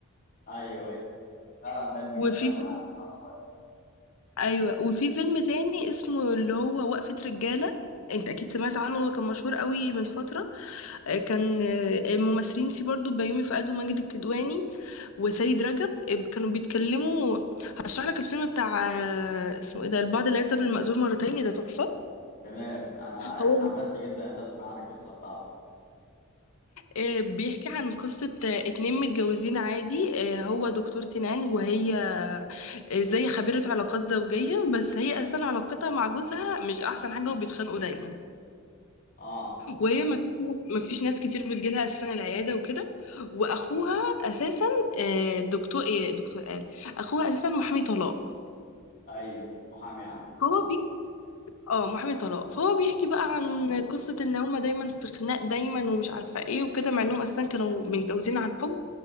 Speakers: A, on the left; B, on the left.
A: ايوه ايوه فعلا باين من
B: وفي
A: كلامه
B: فيلم
A: يعني حصل
B: ايوه وفي فيلم تاني اسمه اللي هو وقفة رجالة انت اكيد سمعت عنه هو كان مشهور قوي من فترة آه، كان آه، الممثلين فيه برضو بيومي فؤاد وماجد الكدواني وسيد رجب آه، كانوا بيتكلموا هشرح لك الفيلم بتاع آه، اسمه ايه ده البعض لا يلزم المأذون مرتين ده تحفة
A: تمام انا
B: هو
A: اتحمست
B: ب-
A: جدا ان اسمع عن القصه بتاعته
B: آه، بيحكي عن قصة آه، اتنين متجوزين عادي آه، هو دكتور سنان وهي آه، زي خبيرة علاقات زوجية بس هي أساسا علاقتها مع جوزها مش أحسن حاجة وبيتخانقوا دايما
A: اه
B: وهي ما فيش ناس ما فيش ناس كتير بتجيلها اساسا العياده وكده واخوها اساسا آه، دكتور ايه دكتور قال اخوها اساسا محامي طلاق
A: ايوه محامي يعني
B: فهو
A: اه
B: بي اه محامي طلاق فهو بيحكي بقى عن قصه ان هما دايما في خناق دايما ومش عارفه ايه وكده مع انهم اساسا كانوا متجوزين عن حب